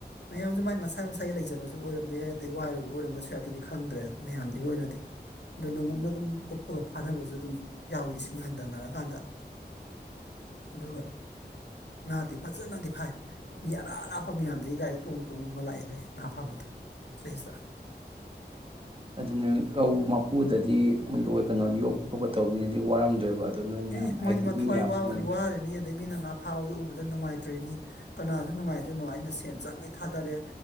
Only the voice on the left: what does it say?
ꯃꯌꯥꯝꯁꯨ ꯃꯥꯏ ꯃꯁꯥꯏ ꯃꯁꯥꯒꯤ ꯂꯩꯖꯕꯁꯨ ꯑꯣꯏꯔꯝꯕ ꯌꯥꯏ ꯑꯗꯩ ꯋꯥꯏꯔꯨꯕ ꯑꯣꯏꯔꯝꯕꯁꯨ ꯌꯥꯏ ꯑꯗꯨꯗꯤ ꯈꯪꯗ꯭ꯔꯦ ꯃꯌꯥꯝꯗꯨꯒꯤ ꯑꯣꯏꯅꯗꯤ ꯑꯗꯨ ꯂꯣꯡꯎꯞꯅ ꯑꯗꯨꯝ ꯎꯞꯄꯒ ꯐꯥꯅꯕꯁꯨ ꯑꯗꯨꯝ ꯌꯥꯎꯏꯤ ꯏꯁꯤꯡ ꯍꯟꯊꯅꯔꯛꯀꯥꯟꯗ ꯑꯗꯨꯒ ꯉꯥꯗꯤ ꯐꯖꯅꯗꯤ ꯐꯥꯏ ꯃꯤ ꯑꯔꯥ ꯑꯔꯥꯞꯄ ꯃꯌꯥꯝ ꯑꯗꯨꯗꯒꯤ ꯒꯥꯔꯤ ꯇꯣꯡ ꯇꯣꯡꯉꯒ ꯂꯥꯛꯏꯦ ꯍꯥꯏ ꯉꯥ ꯐꯥꯕꯗꯣ ꯆꯍꯤꯗ
ꯑꯦ ꯃꯣꯏꯗꯤ
ꯃꯊ꯭ꯋꯥꯏꯕꯅꯤ
ꯋꯥꯔꯅꯤ ꯑꯗꯩ ꯃꯤꯅ ꯉꯥ ꯐꯥꯕꯗꯤ ꯎꯕ ꯅꯨꯡꯉꯥꯏꯇ꯭ꯔꯔꯤꯅꯤ ꯀꯅꯥꯁꯨ ꯅꯨꯡꯉꯥꯏꯗꯣꯏꯅꯣ ꯑꯩꯅ ꯁꯦꯟ ꯆꯪꯉꯩ ꯊꯥꯗꯔꯦ